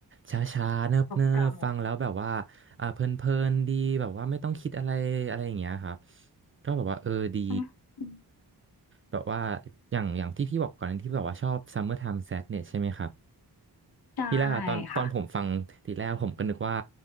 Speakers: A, on the right; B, on the left.
A: ช้าช้าเนิบเนิบฟัง
B: เก่า
A: แล้วแบบว่าอ่าเพลินเพลินดีแบบว่าไม่ต้องคิดอะไรอะไรอย่างเงี้ยครับก็แบบว่าเออดี
B: ๆอืออืม
A: แบบว่าอย่างอย่างที่พี่บอกก่อนที่แบบว่าชอบ Summer Time Sadness ใช่ไหมครับ
B: ใช่
A: นี่แหละค่ะตอนตอนผมฟังทีแรกผมก็นึกว่า
B: ค่ะ